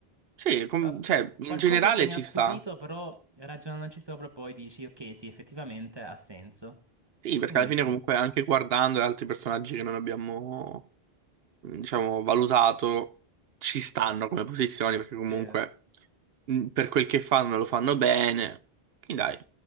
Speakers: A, on the right (about 70°); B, on the right (about 25°).
A: Sì, com-
B: ah,
A: cioè, in
B: qualcosa
A: generale
B: che mi
A: ci
B: ha stupito,
A: sta.
B: però ragionandoci sopra poi dici, ok, sì, effettivamente ha senso.
A: Sì, perché
B: Quindi
A: alla fine
B: sì,
A: comunque anche guardando gli altri personaggi che non abbiamo diciamo, valutato, ci stanno come posizioni perché comunque
B: sì.
A: mh, per quel che fanno lo fanno bene. Quindi dai,